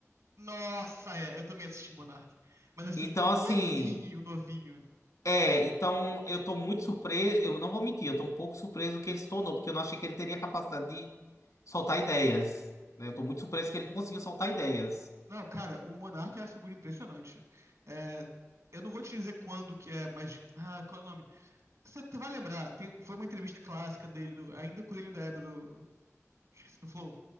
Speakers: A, on the right; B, on the left.
A: Nossa, é, eu também assisti Monark. Mas, assim,
B: Então,
A: novinho,
B: assim.
A: novinho.
B: É, então eu tô muito surpreso, eu não vou mentir, eu tô um pouco surpreso que ele se tornou, porque eu não achei que ele teria capacidade de soltar ideias, né? Eu tô muito surpreso que ele conseguiu soltar ideias.
A: Não, cara, o Monarca é uma figura impressionante. É, eu não vou te dizer quando que é, mas. Ah, qual é o nome? Você t- vai lembrar, tem- foi uma entrevista clássica dele, do- ainda quando ele ainda era do. Esqueci do Flow.